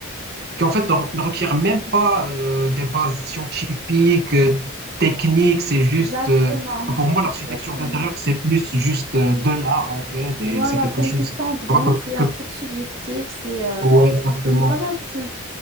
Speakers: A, on the right; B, on the right.
A: qui, en fait, ne, ne requiert même pas euh, des bases scientifiques, euh, techniques. C'est juste,
B: exactement,
A: euh, pour moi,
B: exactement.
A: l'architecture d'intérieur, c'est plus juste euh, de l'art, en fait. Et
B: Voilà,
A: c'est quelque
B: c'est
A: chose,
B: une question de goût,
A: voilà, que,
B: c'est
A: que,
B: un
A: que-
B: truc subjectif, c'est... euh,
A: ouais, exactement.
B: Voilà, tu,